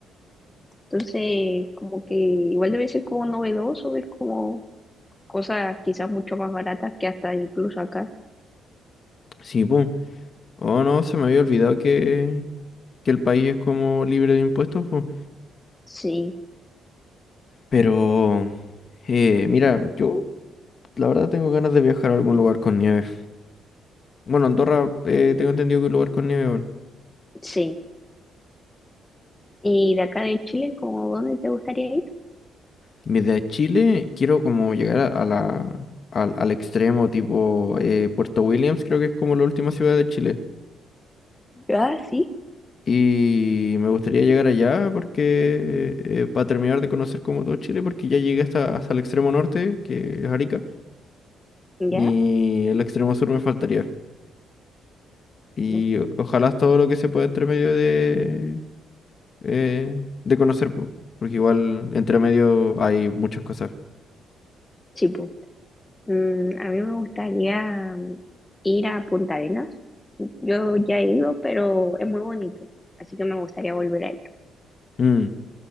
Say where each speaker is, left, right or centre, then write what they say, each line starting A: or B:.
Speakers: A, on the left; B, on the left.
A: Entonces, como que igual debe ser como novedoso ver como cosas quizás mucho más baratas que hasta incluso acá.
B: Sí, pum. Oh, no, se me había olvidado que, que el país es como libre de impuestos, po.
A: Sí,
B: Pero, eh, mira, yo la verdad tengo ganas de viajar a algún lugar con nieve. Bueno, Andorra, eh, tengo entendido que es un lugar con nieve, weón.
A: sí. Y de acá de Chile, ¿como dónde te gustaría ir?
B: Desde Chile quiero como llegar a, a la, al, al extremo, tipo eh, Puerto Williams, creo que es como la última ciudad de Chile.
A: Ah, sí,
B: Y me gustaría llegar allá porque eh, para terminar de conocer como todo Chile, porque ya llegué hasta, hasta el extremo norte, que es Arica,
A: ya.
B: y el extremo sur me faltaría. Y
A: No,
B: o- ojalá es todo lo que se pueda entre medio de, eh, de conocer, po, porque igual entre medio hay muchas cosas.
A: sí, pues. Mm, a mí me gustaría ir a Punta Arenas. Yo ya he ido, pero es muy bonito, así que me gustaría volver a ir.
B: Mm,